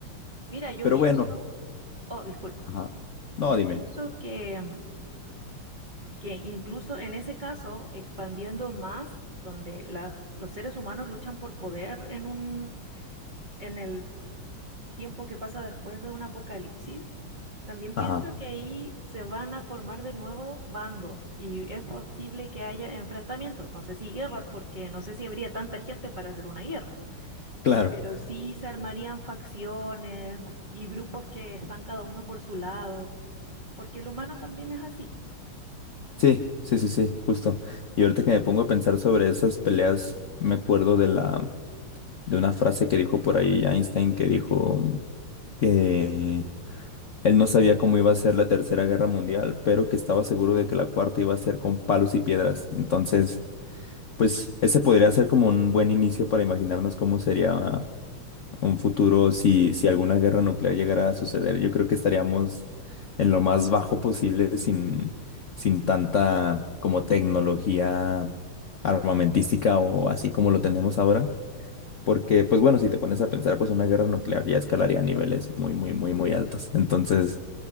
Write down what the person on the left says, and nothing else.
pero
bueno,
ajá, no,
dime.
Ajá,
claro.
Sí, sí, sí, sí, justo. Y ahorita que me pongo a pensar sobre esas peleas, me acuerdo de la, de una frase que dijo por ahí Einstein que dijo que él no sabía cómo iba a ser la Tercera Guerra Mundial, pero que estaba seguro de que la cuarta iba a ser con palos y piedras. Entonces, pues ese podría ser como un buen inicio para imaginarnos cómo sería un futuro, si, si alguna guerra nuclear llegara a suceder, yo creo que estaríamos en lo más bajo posible sin, sin tanta como tecnología armamentística o así como lo tenemos ahora. Porque, pues bueno, si te pones a pensar, pues una guerra nuclear ya escalaría a niveles muy, muy, muy, muy altos. Entonces,